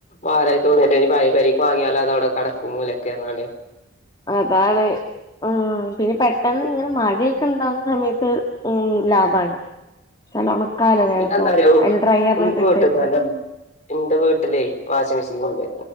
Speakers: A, on the left (about 35°); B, on the left (about 20°).
A: ഭാരായി തോന്നിയിട്ട ഭായ് <unintelligible> വാങ്ങിയാലോ അതവിടെ കെടക്കും മൂലക്കെറാണ്ട്
B: അതാണ് ഉം പിന്നെ പെട്ടെന്ന് ഇങ്ങനെ മഴയൊക്കെ ഉണ്ടാവുന്ന സമയത്ത് ഉം ലാഭാണ് നല്ല ഉണക്കാലോ വേഗം
A: പിന്നെന്താറിയോ
B: അതില് ഡ്രയറിലിട്ടിട്ട്
A: മോട്ട് <unintelligible> എന്റെ വീട്ടിലെ വാഷിംങ് മെഷീൻ ഉണ്ട്